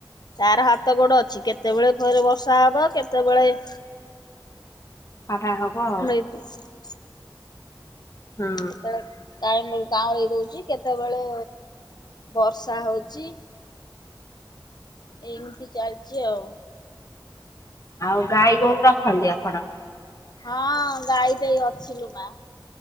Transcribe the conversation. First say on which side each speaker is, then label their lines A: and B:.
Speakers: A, on the left; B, on the left.
A: ତାର ହାତ ଗୋଡ଼ ଅଛି କେତେବେଳେ ଫେରେ ବର୍ଷା ହବ କେତେବେଳେ
B: ଖରା ହବ ଆଉ।
A: <unintelligible>
B: ହଁ।
A: କେତେବେଳେ କାଇ କାଉଁଳି ଦଉଛି କେତେବେଳେ ବର୍ଷା ହଉଛି। ଏମିତି ଚାଲିଛି ଆଉ,।
B: ଆଉ ଗାଈ ଗୋରୁ ରଖନ୍ତି ଆପଣ।
A: ହଁ ଗାଈ ଟେଇ ଅଛି ଲୋ ମା।